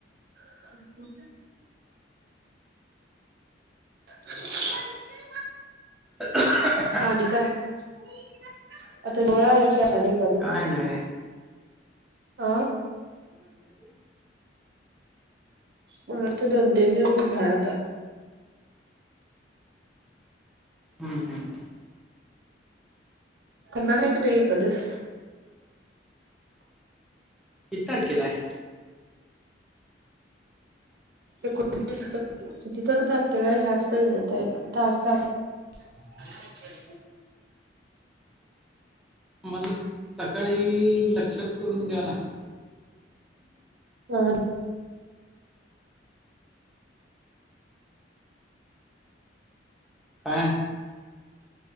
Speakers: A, on the right (about 60°); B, in the centre.
A: ह <inaudible>
B: ह
A: आणि काय <inaudible> अ दोळा क
B: काय नाही
A: अं म त दुधध पठाया त
B: हम् हम्
A: करणार क नाहीे कधच
B: ह तार केेलाय
A: एकोणतीस किती तर तारकेग ह्याच पहि जात आहे तार ह अ
B: म्हणज सकाळी लक्षात करून द्या ना
A: ह
B: काय